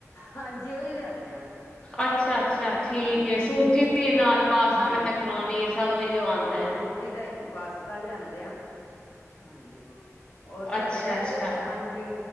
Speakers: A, on the left (about 65°); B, on the left (about 15°).
A: ਹਾਂਜੀ ਉਹੀ ਲਿਆਨੇ, ਹਾਂ ਅਸੀਂ।
B: ਅੱਛਾ, ਅੱਛਾ ਠੀਕ
A: ਹਾਂਜੀ
B: ਏਂ ਸੂਜ਼ੀ ਵੀ ਏ ਨਾਲ਼। ਪਾਸਤਾ
A: ਹਾਂਜੀ
B: ਮੈਂਕਰੋਨੀ ਸਬ ਏਈਓ ਆਉਂਦਾਂ ਐਂ।
A: ਜਿਦਾ ਈਮ ਪਾਸਤਾ ਲਿਆਂਦੇ ਆ। ਹਾਂਜੀ, ਹੋਰ ਸਾਡੇ
B: ਅੱਛਾ
A: ਬੱਚੇ
B: ਅੱਛਾ
A: ਤੇ ਹਾਂਜੀ।